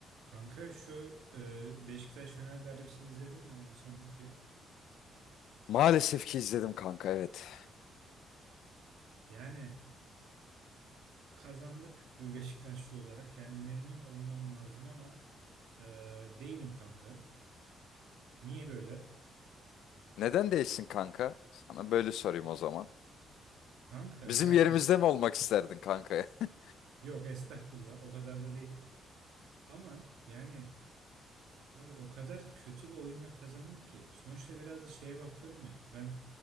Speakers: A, on the right; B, on the left.
A: Kanka şu e, Beşiktaş-Fener derbisini izledin mi en sonki?
B: Maalesef ki izledim kanka evet.
A: Yani kazandık bir Beşiktaşlı olarak. Yani memnun olmam lazım ama e, değilim kanka. Niye böyle?
B: Neden değilsin kanka? Sana böyle sorayım o zaman.
A: Kanka
B: Bizim
A: yani
B: yerimizde mi olmak isterdin kanka? <laughs>
A: yok estağfurullah o kadar da değil. Ama yani abi o kadar kötü bir oyunla kazandık ki. Sonuçta biraz da şeye bakıyorum ya. Ben